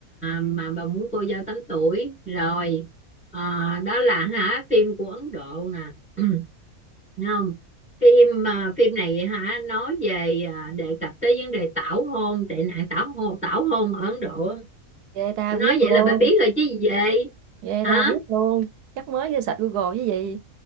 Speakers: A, in the centre; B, on the right.
A: mà bà muốn cô dâu 8 tuổi rồi Ờ, đó là hả phim của Ấn Độ nè <clears throat> Thấy không phim à, phim này hả nói về à, đề cập tới vấn đề tảo hôn tệ nạn tảo hôn tảo hôn ở Ấn Độ á.
B: Ghê ta
A: Tôi
B: biết
A: nói vậy
B: luôn.
A: là bà biết rồi chứ gì vậy
B: Ghê
A: hả
B: ta biết luôn. Chắc mới vô sạch Google chứ gì.